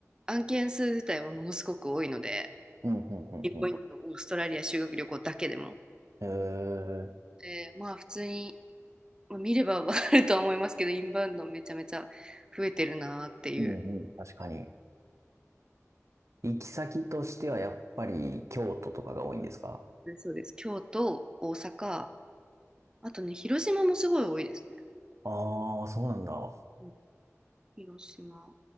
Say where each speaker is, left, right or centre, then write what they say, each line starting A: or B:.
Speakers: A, on the right (about 15°); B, on the right (about 65°).
A: 案件数自体はものすごく多いので
B: うん、うん、うん、
A: ピンポイントのオーストラリア修学旅行だけでも。
B: うん。えー、
A: でまあ普通に、まあ見ればわかるとは思いますけどインバウンドめちゃめちゃ増えてるなっていう。
B: うん、うん、確かに。行き先としてはやっぱり京都とかが多いんですか
A: ねそうです。京都、大阪、あとね、広島もすごい多いですね。
B: ああー、そうなんだ。
A: うん広島